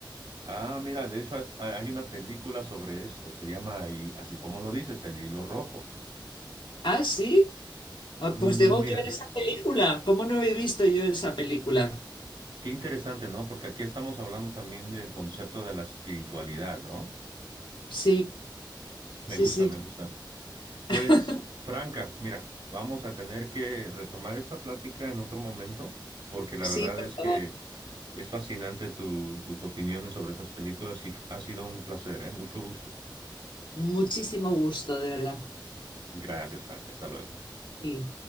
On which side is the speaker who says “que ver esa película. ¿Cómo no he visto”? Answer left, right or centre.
Left